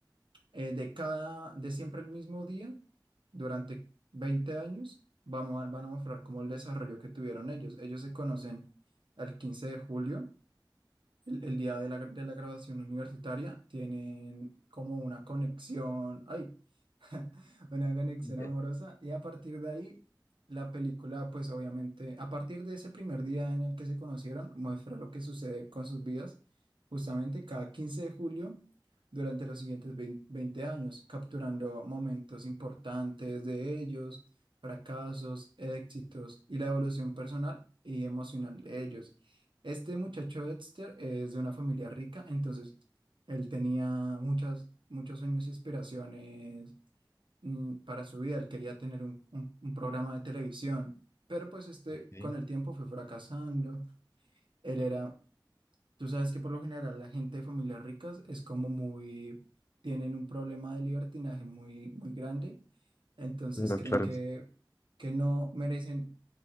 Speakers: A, on the right (about 85°); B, on the left (about 35°).
A: eh, de cada, de siempre el mismo día, durante 20 años, vamos a- van a mostrar como el desarrollo que tuvieron ellos. Ellos se conocen el 15 de julio, el, el día de la, gra- de la graduación universitaria, tienen como una conexión, ay, <laughs> una conexión
B: Ya,
A: amorosa. Y a partir de ahí, la película, pues obviamente, a partir de ese primer día en el que se conocieron, muestra lo que sucede con sus vidas, justamente cada 15 de julio, durante los siguientes 20 20 años, capturando momentos importantes de ellos, fracasos, éxitos y la evolución personal y emocional de ellos. Este muchacho Dexter es de una familia rica, entonces él tenía muchas, muchos sueños y aspiraciones mm, para su vida, él quería tener un, un- un programa de televisión, pero pues este
B: Ok.
A: con el tiempo fue fracasando, él era, tú sabes que por lo general la gente de familias ricas es como muy, tienen un problema de libertinaje muy, muy grande, entonces
B: Claro,
A: creen
B: claro.
A: que, que no merecen